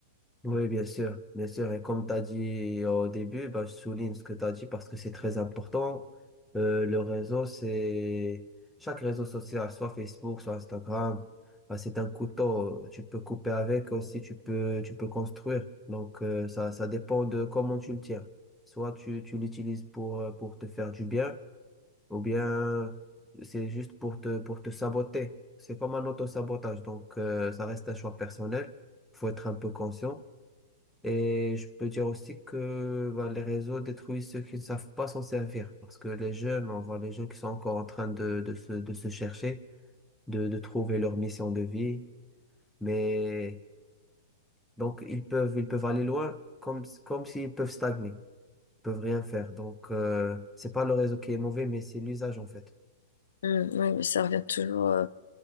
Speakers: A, in the centre; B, on the left.
A: Oui, bien sûr, bien sûr. Et comme tu as dit euh, au début, bah, je souligne ce que tu as dit parce que c'est très important. Euh, le réseau, c'est... Chaque réseau social, soit Facebook, soit Instagram, bah, c'est un couteau. Tu peux couper avec aussi, tu peux, tu peux construire. Donc, euh, ça, ça dépend de comment tu le tiens. Soit tu, tu l'utilises pour, euh, pour te faire du bien. ou bien c'est juste pour te, pour te saboter. C'est comme un auto-sabotage, donc euh, ça reste un choix personnel, faut être un peu conscient. Et je peux dire aussi que bah, les réseaux détruisent ceux qui ne savent pas s'en servir, parce que les jeunes, on voit les jeunes qui sont encore en train de, de se, de se chercher, de, de trouver leur mission de vie, mais donc ils peuvent, ils peuvent aller loin comme, comme s'ils peuvent stagner peuvent rien faire. Donc, euh, c'est pas le réseau qui est mauvais, mais c'est l'usage en fait.
B: Hum, oui, mais ça revient toujours. euh,